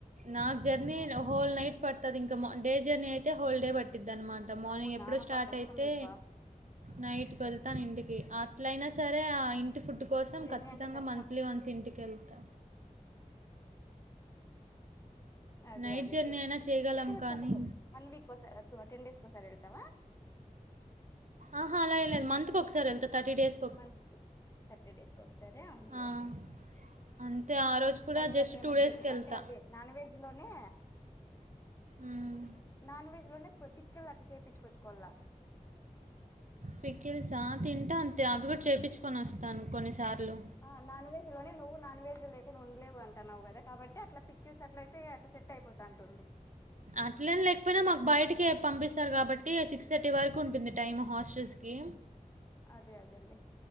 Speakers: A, on the right; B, on the left.
A: నాకు జర్నీ
B: ఆ
A: హోల్ నైట్ పడుతది ఇంకా డే జర్నీ అయితే హోల్ డే పడ్ ట్టిద్దన్మట మార్నింగ్
B: అవునా
A: ఎప్పుడో
B: అబ్బా
A: స్టార్ట్
B: కష్టం
A: అయితే
B: అబ్బా
A: నైట్కి వెళ్తాను ఇంటికి అట్లయినా సరే ఆ ఇంటి ఫుడ్ డు కోసం
B: జర్నీ
A: ఖచ్చితంగా
B: అంటే కష్టం
A: మంత్లీ వన్స్ ఇంటికేళ్తా
B: అదే
A: నైట్
B: అదేలే
A: జర్నీ అయినా చేయగలం
B: ఏదైనా
A: కానీ
B: తప్పదు వన్ వీక్కోసారి టెన్ డేస్కోసారి వెళ్తావా
A: ఆహా అలా ఏం లేదు మంత్కి ఒకసారి వెళ్త థర్టీ డేస్
B: మంత్ కి థర్టీ డేస్ కోస్ సరే అవున్లే
A: ఆ.
B: అవున్లే
A: అంతే ఆ రోజు కూడా
B: అవి
A: జస్ట్
B: అట్లేమని
A: టూ డేస్కి
B: చేపించు
A: వెళ్తా
B: అంటే అదే నాన్ వెజ్ లోనే
A: మ్మ్.
B: నాన్ వెజ్ లోనే పొద్దిక్ కేల్ అట్లా చెప్పించుకొచ్చుకోవాళ్ళ
A: పిక్కెల్సా తింటాను అంటే అవి కూడా చూపించుకొని వస్తాను కొన్నిసార్లు
B: ఆ నాన్ వెెజ్ లోనే నువ్వు నాన్వెజ్ లేకుండా ఉండలేవు అంటున్నావు కదా కాబట్టి అట్లా పక్కిల్స్ అట్ల అయితే అట్ట సెట్ అయిపోతంటుంది
A: అట్లెం లేకపోయినా మాకు బయటికి పంపిస్తారు కాబట్టి సిక్స్ థర్టీ వరకు ఉంటుంది టైం హాస్టల్స్కి
B: అదే అదేలే